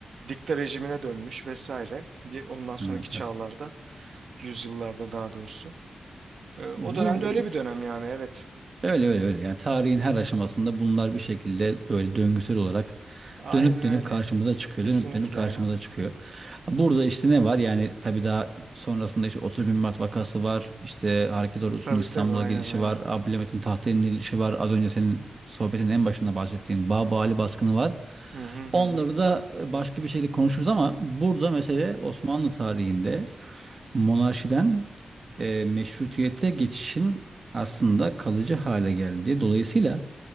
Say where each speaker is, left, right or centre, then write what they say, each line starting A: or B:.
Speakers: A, on the right; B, on the right.
A: dikta rejimine dönmüş vesaire. Ye- Ondan sonraki
B: Evet.
A: çağlarda
B: evet.
A: yüzyıllarda daha doğrusu. Ee, o
B: Bu
A: dönemde öyle bir dönem yani evet.
B: Öyle öyle öyle. Yani tarihin her aşamasında bunlar bir şekilde böyle döngüsel olarak
A: Aynen
B: dönüp
A: öyle.
B: dönüp karşımıza çıkıyor.
A: Kesinlikle
B: Dönüp dönüp karşımıza
A: ya.
B: çıkıyor. Burada işte ne var? Yani tabii daha sonrasında işte 30 bin Mart vakası var. İşte Hareket Ordusu'nun
A: Tabii
B: İstanbul'a
A: tabii aynen
B: girişi
A: aynen.
B: var. Abdülhamit'in tahta indirilişi var. Az önce senin sohbetin en başında bahsettiğin Babı baskını var.
A: Hı hı hı.
B: Onları
A: hı.
B: da başka bir şeyle konuşuruz ama burada mesele Osmanlı tarihinde monarşiden e, meşrutiyete geçişin aslında kalıcı hale geldi. Dolayısıyla